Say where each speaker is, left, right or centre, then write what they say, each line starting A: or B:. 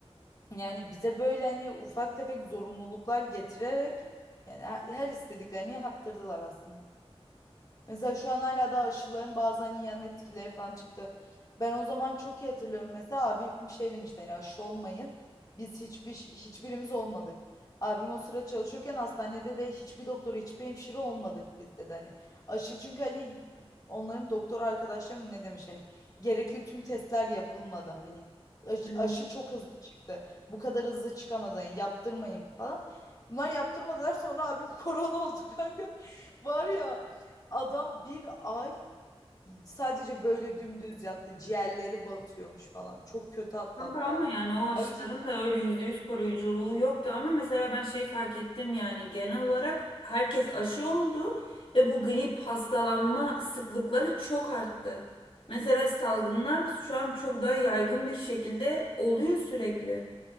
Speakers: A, on the left; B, on the left.
A: Yani bize böyle hani ufak tefek zorunluluklar getirerek yani her her istediklerini yaptırdılar aslında. Mesela şu an hala daha aşıların bazı hani yan etkileri falan çıktı. Ben o zaman çok iyi hatırlıyorum. Mesela abim şey demişti hani aşı olmayın. Biz hiçbir hiçbirimiz olmadık. Abim o sıra çalışıyorken hastanede de hiçbir doktor, hiçbir hemşire olmadık biz dedi hani. Aşı çünkü hani onların doktor arkadaşları mı ne demiş hani gerekli tüm testler yapılmadı hani. Aşı,
B: Evet.
A: aşı çok hızlı çıktı. Bu kadar hızlı çıkamaz hani yaptırmayın falan. Bunlar yaptırmadılar sonra abim <laughs> korona oldu kanka. <laughs> Var ya Adam bir ay sadece böyle dümdüz yattı. Ciğerleri batıyormuş falan. Çok kötü atlattı
B: Kanka ama
A: abi.
B: yani o aşıların
A: Halbuki
B: da öyle %100 koruyuculuğu yoktu ama mesela ben şeyi fark ettim yani genel olarak herkes aşı oldu ve bu grip hastalanma sıklıkları çok arttı. Mesela salgınlar şu an çok daha yaygın bir şekilde oluyor sürekli.